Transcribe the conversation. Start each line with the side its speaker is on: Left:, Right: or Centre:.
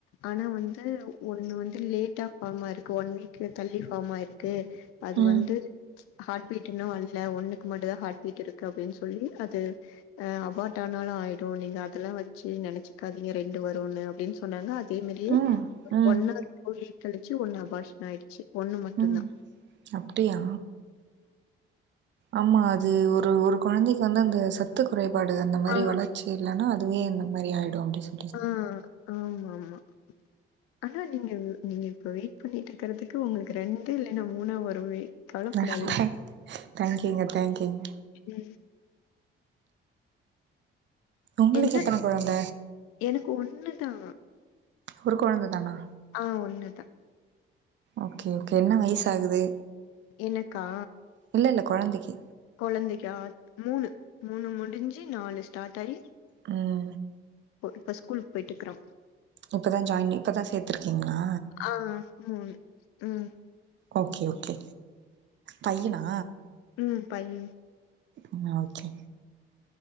Left: ஆனா வந்து ஒண்ணு வந்து லேட்டா ஃபார்மாயிருக்கு ஒன் வீக்கு தள்ளி ஃபார்மாயிருக்கு அது
Right: ம்
Left: வந்து ஹார்ட்பீட் இன்னு வல்ல ஒண்ணு க்கு மட்டுதா ஹார்ட் பீட் இருக்கு அப்டின் சொல்லி அது அபார்ட் ஆனாலு ஆயி ரு நீங்க அதெல்லா வச்சி நெனச்சிக்காதீங்க ரெண்டு வருன்னு அப்டின் சொன்னாங்க அதே மாரியே
Right: ம் ம்
Left: ஒண்ணு <inaudible> கழிச்சு ஒண்ணு அபாஷன் ஆயிடுச்சு ஒண்ணு மட்டுதா
Right: ம் அப்டியா ஆமா அது ஒரு ஒரு கொழந்தைக்கு வந்து அந்த ச த்து குறைபாடு அந்த மாரி
Left: ஆ
Right: வளர்ச்சி இல்லனா அதுவே இந்த மாரி ஆயிடு அப்டி சொ
Left: ஆ ஆம்மாமா ஆனா நீங்க நீங்க இப்ப வெயிட் பண்ணிட்டுருக்கறதுக்கு உங்களுக்கு ரெண்டு இல்லன்னா மூணா வருமே கவலப்படாதீங்க
Right: தேங்க் தேங்க்யூங்க தேங்க்யூங்க
Left: ம்
Right: உங்களுக்கு
Left: என்ன
Right: எத்தன கொழந்த
Left: எனக்கு ஒண்ணுதா
Right: ஒரு கொழந்த தானா
Left: ஆ ஒண்ணுதா
Right: ஓகே ஓகே என்ன வயசாகுது
Left: எனக்கா
Right: இல்ல இல்ல கொழந்தைக்கு
Left: கொழந்தைக்கா மூணு மூணு முடிஞ்சி நாலு ஸ்டார்ட் ஆயி
Right: ம்
Left: இப்போ இப்ப ஸ்கூல் போயிட்டுக்குறா
Right: இப்ப தா ஜாயின் இப்ப தா சேத்துருக்கீங்ளா
Left: ஆ ம் ம்
Right: ஓகே ஓகே பையனா
Left: ம் பையன்
Right: ம் ஓகே